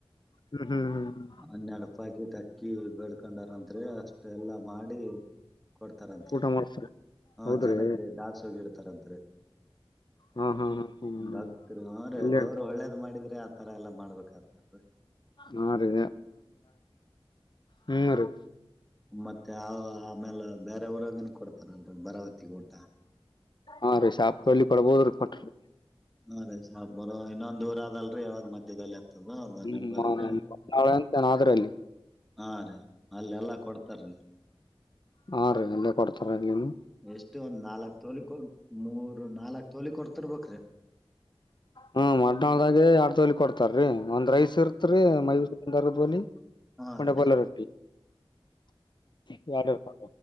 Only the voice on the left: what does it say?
ಹ್ಮ್ ಹ್ಮ್ ಹ್ಮ್ ಹ್ಮ್
ಊಟ ಮಾಡ್ಸ್ತಾರ
ಹೌದ್ರಿ
ಹಾ ಹಾ ಹಾ ಹ್ಮ್
ಅಲ್ಲೇ
ಹಾ ರೀ ಹ್ಮ್ ರೀ
ಹಾ ರೀ ಶಾಪ್ಲ್ ಕೊಡ್ಬೋದ್ರೀ ಕೊಟ್ರಿ
ಹ್ಮ್
ನಾಳೆ ಅಂತೇನಾದ್ರಿ ಅಲ್ಲಿ
ಹಾ ರೀ ಅಲ್ಲೇ ಕೊಡ್ತಾರ ಇಲ್ಲಿನು
ಹ್ಮ ಮನಾಳದಾಗೆಡ್ ತಲ್ ಕೊಟ್ಟ ಇರ್ತಾರೀ ಒಂದ್ ರೈಸ್ ಇರ್ತ್ರಿ ಮೈೂ ಒಂದ ಅರದಲಿ
ಮಂಡೆಪಲ್ಲ
ರೊಟ್ಟಿ <unintelligible>